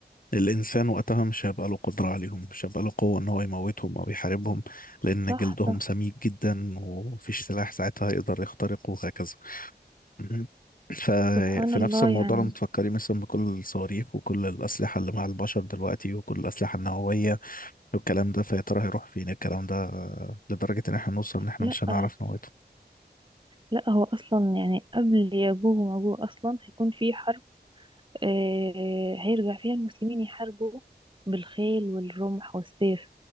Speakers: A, on the left; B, on the right.
A: الانسان وقتها مش هيبقى له قدره عليهم مش هيبقى له قوه ان هو يموتهم او يحاربهم لان
B: صح
A: جلدهم
B: صح
A: سميك جدا ومفيش سلاح ساعتها يقدر يخترقه وهكذا مم. ففي
B: سبحان الله
A: نفس الموضوع
B: يعني
A: لما تفكري مثلا بكل الصواريخ وكل الأسلحة اللي مع البشر دلوقتي وكل الأسلحة النووية والكلام ده فيا ترى هيروح فين الكلام ده لدرجة إن احنا نوصل إن احنا
B: لا
A: مش هنعرف نموته
B: لا هو اصلا يعني قبل ياجوج وماجوج اصلا هيكون في حرب آه هيرجع فيها المسلمين يحاربوا بالخيل والرمح والسيف